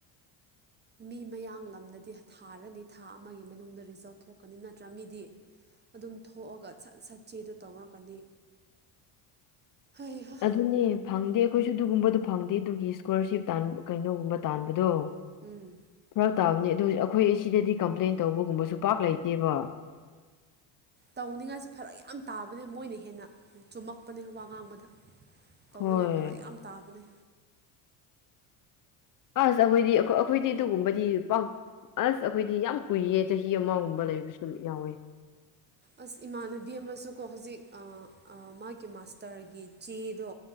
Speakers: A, on the right; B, on the left.
A: ꯃꯤ ꯃꯌꯥꯡꯂꯝꯗꯗꯤ ꯊꯥꯔꯅꯤ ꯊꯥ ꯑꯃꯒꯤ ꯃꯅꯨꯡꯗ ꯔꯤꯖꯜ ꯊꯣꯛꯀꯅꯤ ꯅꯠꯇ꯭ꯔꯥ ꯃꯤꯗꯤ ꯑꯗꯨꯝ ꯊꯣꯛꯑꯒ ꯁꯠ ꯁꯠ ꯆꯦꯗꯣ ꯇꯧꯔꯛꯀꯅꯤ ꯍꯩꯍꯥ
B: ꯑꯗꯨꯅꯦ
A: ꯑꯗꯨꯅꯤ
B: ꯐꯪꯗꯦ ꯑꯩꯈꯣꯏꯁꯨ ꯑꯗꯨꯒꯨꯝꯕꯗꯨ
A: ꯐꯪꯗꯦ ꯑꯩꯈꯣꯏꯁꯨ
B: ꯐꯪꯗꯦ ꯑꯗꯨꯒꯤ ꯏꯁꯀꯣꯂꯔꯁꯤꯞ
A: ꯑꯗꯨꯒꯨꯝꯕꯗꯣ
B: ꯇꯟ
A: ꯐꯪꯗꯦ
B: ꯀꯩꯅꯣꯒꯨꯝꯕ ꯇꯥꯟꯕꯗꯣ
A: ꯑꯗꯨꯒꯤ ꯏꯁꯀꯣꯂꯔꯁꯤꯞ ꯇꯥꯟꯕ ꯀꯩꯅꯣꯒꯨꯝꯕ ꯇꯥꯟꯕꯗꯣ ꯎꯝ
B: ꯐꯔꯛ ꯇꯥꯕꯅꯦ ꯑꯗꯨ ꯑꯩꯈꯣꯏ ꯑꯁꯤꯗꯗꯤ ꯀꯝꯄ꯭ꯂꯦꯟ ꯇꯧꯕꯒꯨꯝꯕꯁꯨ ꯄꯥꯛ ꯂꯩꯇꯦꯕ
A: ꯇꯧꯅꯤꯡꯉꯥꯏꯁꯦ ꯐꯔꯛ ꯌꯥꯝ ꯇꯥꯕꯅꯦ ꯃꯣꯏꯅ ꯍꯦꯟꯅ ꯆꯨꯝꯃꯛꯄꯅꯦ ꯋꯥ ꯉꯥꯡꯕꯗ ꯇꯧꯅꯤꯡꯉꯥꯏ
B: ꯍꯣꯏ
A: ꯐꯔꯛ ꯌꯥꯝ ꯇꯥꯕꯅꯤ
B: ꯑꯁ ꯑꯩꯈꯣꯏꯗꯤ ꯑꯩꯈꯣꯏꯗꯤ ꯑꯗꯨꯒꯨꯝꯕꯗꯤ ꯄꯛ ꯑꯁ ꯑꯩꯈꯣꯏꯗꯤ ꯌꯥꯝ ꯀꯨꯏꯌꯦ ꯆꯍꯤ ꯑꯃꯒꯨꯝꯕ ꯂꯩꯕꯁꯨ ꯌꯥꯎꯋꯦ
A: ꯑꯁ ꯏꯃꯥꯟꯅꯕꯤ ꯑꯃꯁꯨꯀꯣ ꯍꯧꯖꯤꯛ ꯑꯥ ꯑꯥ ꯃꯥꯒꯤ ꯃꯥꯁꯇꯔꯒꯤ ꯆꯦꯗꯣ